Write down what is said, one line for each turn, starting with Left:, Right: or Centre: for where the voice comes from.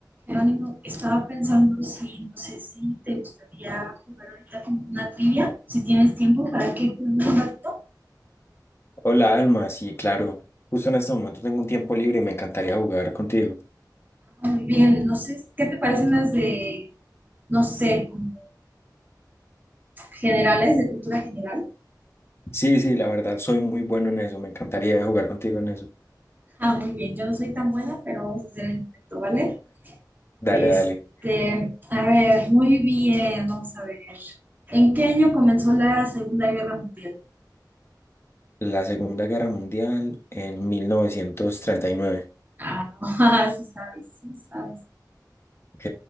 Right: Jerónimo, estaba pensando si, no sé si te gustaría jugar ahorita como una trivia, si tienes tiempo para que juguemos un ratito.
Left: Hola, Alma, sí, claro. Justo en este momento tengo un tiempo libre y me encantaría jugar contigo.
Right: Ah, Muy bien, no sé, ¿qué te parecen las de, no sé, como generales, de cultura general?
Left: Sí, sí, la verdad, soy muy bueno en eso. Me encantaría jugar contigo en eso.
Right: Ah, muy bien, yo no soy tan buena, pero vamos a hacer el intento, ¿vale?
Left: Dale,
Right: Este,
Left: dale.
Right: a ver, muy bien, vamos a ver. ¿En qué año comenzó la Segunda Guerra Mundial?
Left: La Segunda Guerra Mundial en mil novecientos treinta y nueve
Right: Ah, <laughs> sí sabes, sí sabes.
Left: Ok,